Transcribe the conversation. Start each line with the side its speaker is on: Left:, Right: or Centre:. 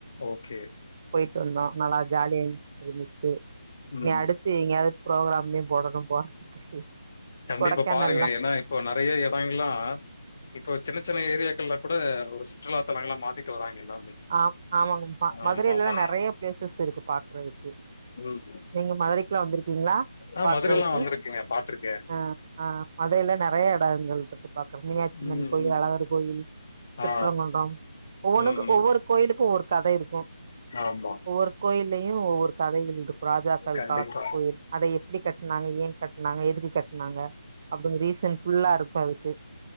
Left: ஓகே
Right: போய்ட்டு வந்தோ நல்லா ஜாலிய இருந்துச்சு
Left: ம்
Right: இனி அடுத்து
Left: ம்
Right: எங்கயாது ப்ரோக்ராம்லயு போடணு போறதுக்கு
Left: கண்டிப்பா
Right: கொடைக்கனல்லா
Left: பாருங்க ஏன்னா இப்போ நெறைய எடங்கள்லா இப்போ சின்ன சின்ன ஏரியாக்கள்லா கூட ஒரு சுற்றுலாத்தலங்கள்லா மாத்திட்டு வராங்க எல்லாமே
Right: ஆ ஆமாங்க மதுரையிலல்லா
Left: ஆமா ஆமா
Right: நெறைய பிளேசஸ் இருக்கு பாக்கறதுக்கு
Left: ம்
Right: நீங்க மதுரைக்குலா வந்திருக்கீங்களா
Left: ஆ
Right: பாக்கறதுக்கு
Left: மதுரல்லா வந்திருக்கேங்க பாத்திருக்கே
Right: அ ஆ மதைல நெறைய எடங்கள்ருக்கு மினியாட்சி
Left: ம்
Right: மணி கோயில்
Left: ம்
Right: அழகர் கோயில் திருபரங்குன்றம்
Left: ஆ
Right: ஒவ்வொனுக்கு
Left: ம் ம்
Right: ஒவ்வொரு கோ கோயிலுக்கு ஒரு கத இருக்கு
Left: ஆமா
Right: ஒவ்வொரு கோயிலையு ஒவ்வொரு கதைகள் இருக்கும் ராஜாக்கள்
Left: கண்டிப்பா
Right: காலத்து கோய் அத எப்டி கட்னாங்க ஏ கட்னாங்க எதுக்கு கட்னாங்க அப்டிங்க ரீசன் ஃபுல்லா இருக்கு அதுக்கு